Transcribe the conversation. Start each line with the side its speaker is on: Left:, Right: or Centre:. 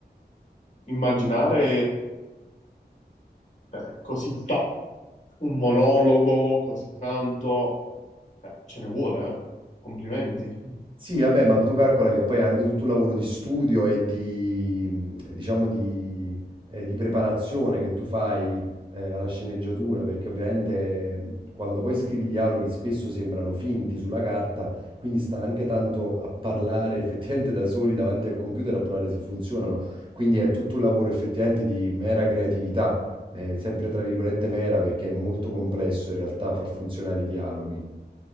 Left: immaginare eh, così tanto, un monologo, così tanto, eh, ce ne vuole, eh. Complimenti.
Right: Sì, vabbè, ma tu calcola che poi è anche tutto un lavoro di studio e di, diciamo, di, eh, di preparazione che tu fai, eh, alla sceneggiatura, perché ovviamente mh, quando poi scrivi dialoghi spesso sembrano finti sulla carta, quindi sta anche tanto a parlare effettivamente da soli davanti al computer a provare se funzionano. Quindi è tutto un lavoro effettivamente di mera creatività, eh, sempre tra virgolette mera, perché è molto complesso in realtà far funzionare i dialoghi.